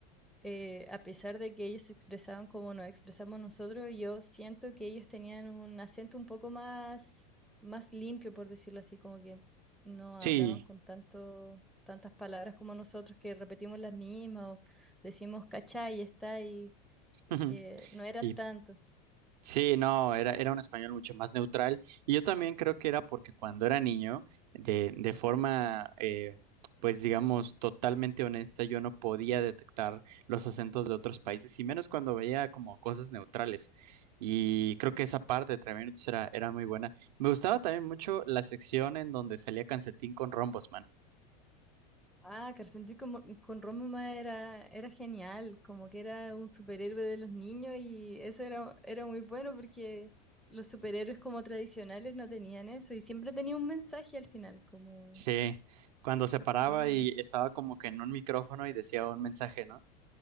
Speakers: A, in the centre; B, on the right.
A: eh, a pesar de que ellos se expresaban como nos expresamos nosotros, yo siento que ellos tenían un acento un poco más, más limpio, por decirlo así, como que no
B: Sí.
A: hablaban con tanto, tantas palabras como nosotros, que repetimos las mismas o decimos cachai, está y
B: Ujú.
A: que no era
B: Y
A: tanto.
B: sí, no, era, era un español mucho más neutral. Y yo también creo que era porque cuando era niño, de, de forma, eh, pues digamos, totalmente honesta, yo no podía detectar los acentos de otros países, y menos cuando veía como cosas neutrales. Y creo que esa parte de Tres Minutos era, era muy buena. Me gustaba también mucho la sección en donde salía Cancetín con Rombosman.
A: Ah, Carcenti con, con Roma era, era genial, como que era un superhéroe de los niños y eso era, era muy bueno porque los superhéroes como tradicionales no tenían eso y siempre tenía un mensaje al final, como,
B: Sí, cuando se paraba
A: sí,
B: y estaba como que en un micrófono y decía un mensaje, ¿no?